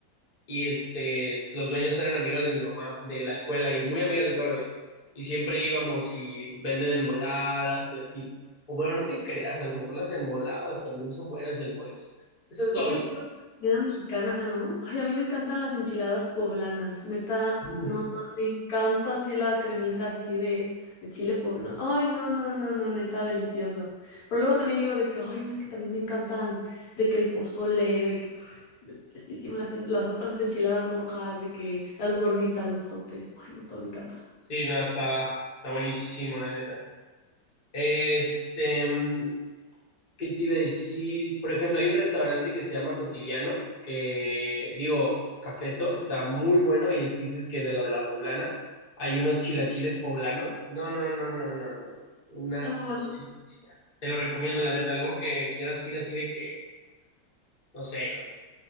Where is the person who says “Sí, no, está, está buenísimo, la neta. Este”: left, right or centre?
Left